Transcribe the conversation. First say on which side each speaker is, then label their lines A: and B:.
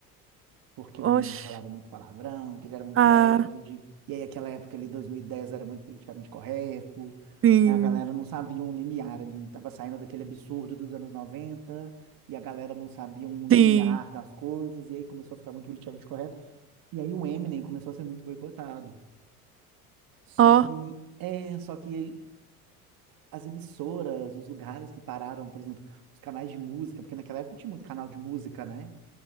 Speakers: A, on the right (about 50°); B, on the right (about 30°).
A: porque o Eminem
B: Oxe.
A: falava muito palavrão, que ele era um rebelde.
B: Ah,
A: E aí, aquela época ali, 2010 era muito politicamente correto.
B: sim,
A: né? A galera não sabia um limiar ali, estava saindo daquele absurdo dos anos 90 e a galera não sabia um limiar
B: sim.
A: das coisas, e aí começou a ficar muito politicamente correto. E aí o Eminem começou a ser muito boicotado. Só
B: Ó,
A: que, é, só que as emissoras, os lugares que pararam, por exemplo, os canais de música, porque naquela época tinha muito canal de música, né?